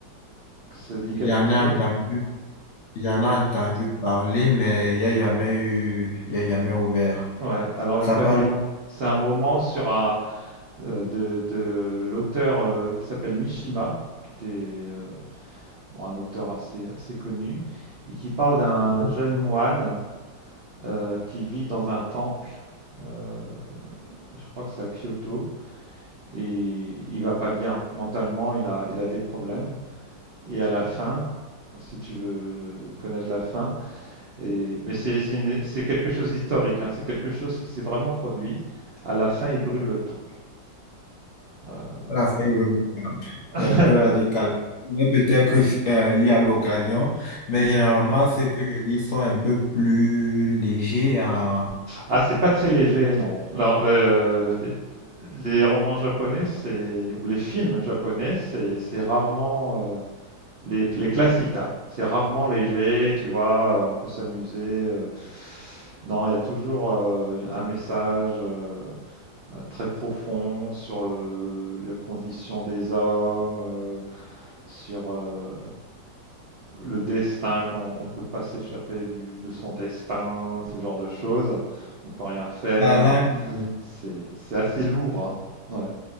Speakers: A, on the right (about 55°); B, on the left (about 55°).
A: Ça dit
B: J'en
A: quelque chose
B: ai entendu, j'en ai entendu parler, mais il n'y a jamais eu, il n'y a jamais ouvert.
A: Ouais, alors Le
B: Ça
A: Pavillon
B: parle
A: c'est un roman sur un, euh, de, de l'auteur euh, qui s'appelle Mishima, qui était euh, un auteur assez, assez connu, et qui parle d'un
B: de
A: jeune moine euh, qui vit dans un temple, euh, je crois que c'est à Kyoto, et il va pas bien. Mentalement, il a, il a des problèmes. Et à la fin, si tu veux connaître la fin, et, mais c'est c'est, une- c'est quelque chose d'historique, hein, c'est quelque chose qui s'est vraiment produit. À la fin, il brûle le temple. Euh,
B: la feuille remarquable,
A: <laughs>
B: un peu radical. Mais peut-être euh, lire à l'occasion, mais
A: mm.
B: généralement, ceux que je lis sont un peu plus légers en
A: Ah, c'est pas très léger, non. Alors, le- les, les romans japonais, c'est ou les films japonais, c'est c'est rarement euh, les, les classiques, hein. C'est rarement léger, tu vois, euh, on peut s'amuser. euh. Non, il y a toujours euh, un message euh, très profond sur euh, les conditions des hommes, euh, sur euh, le destin, qu'on ne peut pas s'échapper du- de son destin, ce genre de choses. On peut rien faire.
B: parlant de,
A: C'est c'est assez lourd, hein. Ouais.